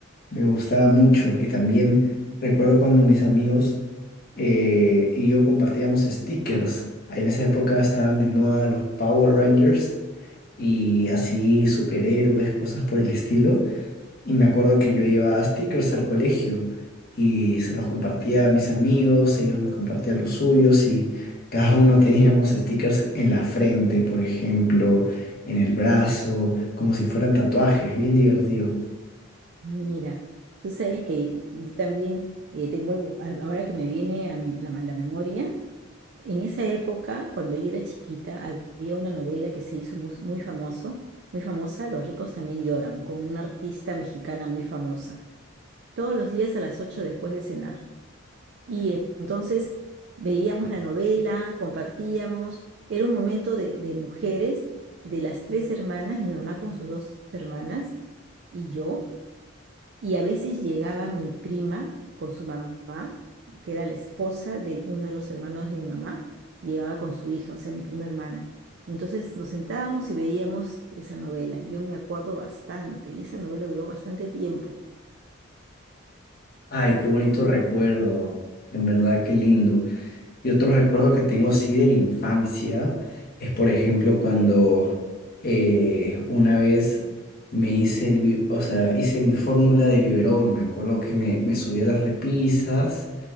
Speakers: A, on the left; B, on the right.
A: me gustaba mucho y también recuerdo cuando mis amigos eh, y yo compartíamos stickers, en esa época estaban de moda los Power Rangers y así superhéroes, cosas por el estilo. Y me acuerdo que yo llevaba stickers al colegio y se los compartía a mis amigos, ellos me compartían los suyos y cada uno teníamos stickers en la frente, por ejemplo, en el brazo, como si fueran tatuajes, bien divertido.
B: Mira, tú sabes que yo también eh, tengo algo, a- ahora que me viene a mi- la la memoria. En esa época, cuando yo era chiquita, había una novela que se hizo mu- muy, famoso, muy famosa, Los ricos también lloran, con una artista mexicana muy famosa, todos los días a las 8 después de cenar. Y en- entonces veíamos la novela, compartíamos, era un momento de, de mujeres, de las tres hermanas, mi mamá con sus dos hermanas y yo, y a veces llegaba mi prima con su mamá, que era la esposa de uno de los hermanos de mi mamá, llegaba con su hija, o sea, mi prima hermana. Entonces nos sentábamos y veíamos esa novela. Yo me acuerdo bastante, y esa novela duró bastante tiempo.
A: Ay, qué bonito recuerdo, en verdad, qué lindo. Y otro recuerdo que tengo sí de la infancia es, por ejemplo, cuando eh, una vez me hice el, bi- o sea, hice mi fórmula de biberón. Me acuerdo que me, me subí a las repisas